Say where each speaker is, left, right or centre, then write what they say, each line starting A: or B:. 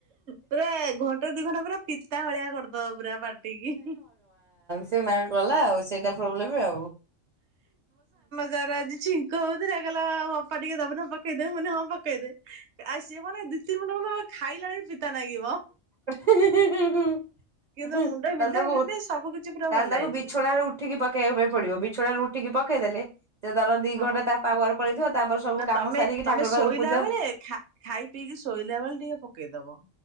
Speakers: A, on the right (about 65°); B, on the right (about 45°).
A: ପୁରା ଘଣ୍ଟା ଦି ଘଣ୍ଟା ପୁରା ପିତା ଭଳିଆ କରିଦବ ପୁରା ପାଟିକି।
B: ସେନା ଗଲା ଆଉ ସେଇଟା ପ୍ରୋବ୍ଲେମ୍ ଆଉ।
A: ତାର ଆଜି ଛିଙ୍କ ହଉଥିଲା କହିଲା ଅପା ଟିକେ ଦବୁ ନା ପକେଇଦେ ମୁଁ କହିଲି ହଁ ପକେଇଦେ ଆଉ ସିଏ ମାନେ ଦି ତିନି ଘଣ୍ଟା ଖଣ୍ଡେ ଖାଇଲାଳା ବି ପିତା ଲାଗିବ
B: ତାହେଲେ
A: କିନ୍ତୁ ମୁଣ୍ଡ ବିନ୍ଧା
B: ତାକୁ
A: ବିନ୍ଧି ସବୁ କିଛି ପୁରା
B: ତାହେଲେ
A: ଭଲ
B: ତାକୁ
A: ହେଇଯିବ
B: ବିଛଣା ତା ହେଲେ ଉଠିକି ପକେଇବା ପାଇଁ ପଡିବ ବିଛଣାରୁ ର ଉଠିକି ପକେଇଦେଲେ ସେ ତାର ଦି
A: ହଁ।
B: ଘଣ୍ଟା ତା ପାୱାର ପଳେଇ ଥିବ ତାପରେ ସବୁ
A: ନା
B: କାମ
A: ତମେ
B: ସାରିକି
A: ତମେ
B: ଠାକୁର
A: ଶୋଇଲା
B: ଫାକୁର ପୂଜା
A: ବେଳେ ଖା ଖାଇ ପିଇକି ଶୋଇଲା ବେଳେ ଟିକେ ପକେଇଦବ।